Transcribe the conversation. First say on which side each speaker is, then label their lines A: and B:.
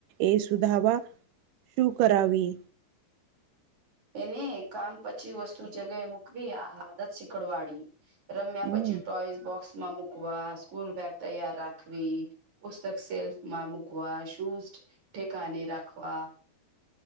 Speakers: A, on the right (about 75°); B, on the right (about 50°).
A: એ સુધાવા શું કરાવી
B: એને કામ પછી વસ્તુ જગ્યાએ મૂકવી, આ આદત શીકડ વાળી રમ્યા
A: હમ
B: પછી, ટોઈસ બોક્સમાં મુૂકવા સ્કૂલ બેગ તૈયાર રાખવી પુસ્તક સેલ્ફમાં મૂકવા શૂઝ ઠેકાને રાખવા